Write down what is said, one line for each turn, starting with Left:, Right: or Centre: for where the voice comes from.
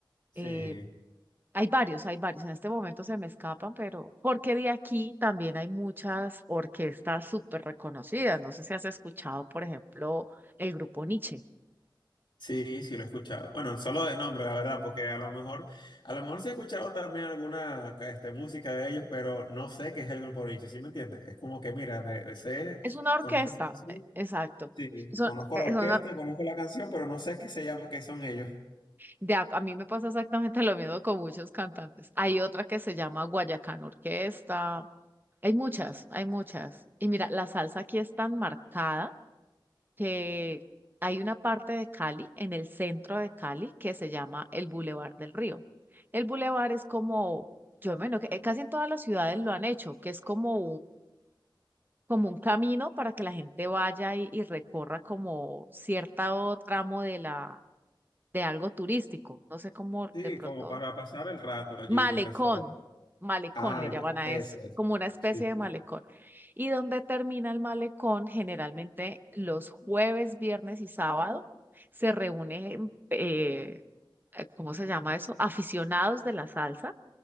Left: sí.
Right: eh, hay varios, hay varios. En este momento se me escapan, pero porque de aquí también hay muchas orquestas súper reconocidas. No sé si has escuchado, por ejemplo, el grupo Nietzsche.
Left: Sí, sí lo he escuchado. Bueno, solo de nombre, la verdad, porque a lo mejor, a lo mejor sí he escuchado también alguna este, música de ellos, pero no sé qué es el grupo Nietzsche, ¿sí me entiendes? Es como que, mira, me sé,
Right: Es una orquesta,
Left: conozco esa canción,
Right: eh, exacto.
Left: sí,
Right: Son,
Left: conozco
Right: eh,
Left: la orquesta,
Right: son or-
Left: conozco la canción, pero no sé qué se llama, qué son ellos.
Right: de ac- a mí me pasa exactamente lo mismo con muchos cantantes. Hay otra que se llama Guayacán Orquesta. Hay muchas, hay muchas. Y mira, la salsa aquí es tan marcada que hay una parte de Cali, en el centro de Cali, que se llama el Boulevard del Río. El Boulevard es como, yo menos, casi en todas las ciudades lo han hecho, que es como como un camino para que la gente vaya y, y recorra como cierto tramo de la, de algo turístico. No sé cómo
Left: Sí,
Right: de pronto,
Left: como para pasar el rato allí
Right: malecón,
Left: mientras se...
Right: malecón
Left: Ah,
Right: le llaman
Left: ya,
Right: a
Left: eso
Right: eso,
Left: es.
Right: como una especie
Left: Sí.
Right: de
Left: sí.
Right: malecón. Y donde termina el malecón, generalmente los jueves, viernes y sábado se reúnen, eh, ¿cómo se llama eso? Aficionados de la salsa.